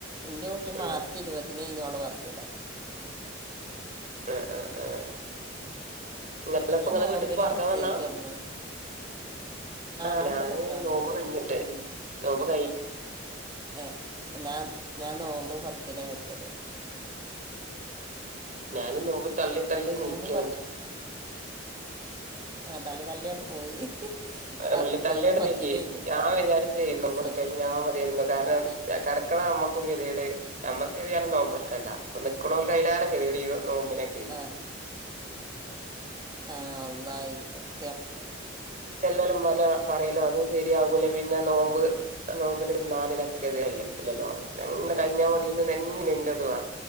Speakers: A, on the right; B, on the right.
A: ഇന്റുട്ടി
B: ഉം
A: മാർച്ച് ഇരുപതിനേയ്നീംഓള വർത്തിഡാ
B: അ അ ആ ങ്ങളപ്പോങ്ങളെവീട്ട്ക്ക്
A: ഞാൻ നോമ്പിനെ
B: പാർക്കാൻ
A: പ്രസവിച്ചിരുന്നേന്ന്
B: വന്നാ ആ
A: ഞാൻ
B: ഞാന്
A: ഇവിടെ നിൽക്കാവുന്നതാണ്
B: നോമ്പ് കഴഞ്ഞിട്ട് നോമ്പ് കൈ
A: ഏ ഞാൻ ഞാൻ നോമ്പ് പത്തിനാ വെറ്റത്
B: ഞാനും നോമ്പ് തള്ളി തള്ളി
A: നോമ്പ്
B: നീക്കൃണ്ട്
A: ഏതാലുംനല്ലി <unintelligible> പോയി
B: <unintelligible>
A: പത്ത്
B: തള്ളി തള്ളിങട്ട്നീക്കി
A: നോമ്പ് പത്തിനേന്ന്
B: ഞാൻ വിചാരിച്ചെ
A: ഞാൻ പ്രസവിച്ച്
B: നമ്മടെ കഴിഞാ മതിയായിരുന്നു കാരണം
A: ആ
B: കട ക്ണ നമ്മകും കെതേട് നമ്മക്കേതേലും നോമ്പ്നോൽകണ്ട നിക്ക്ണോൽക് അയിലാറെകതീട് നോമ്പിനൊക്കെ
A: ആ ആ വളളായി സത്യം
B: എല്ലലും വല പറയലും അതും സെരിയാകൂല പിന്നെ നോമ്പ് നോമ്പിന് നാലിനൊക്കെ ത് അല്ലേ അല്ലല്ലോ <unintelligible> ഞങ്ങ കഴിഞ്ഞാമതീനുന്നെ ൻ്റെദുആ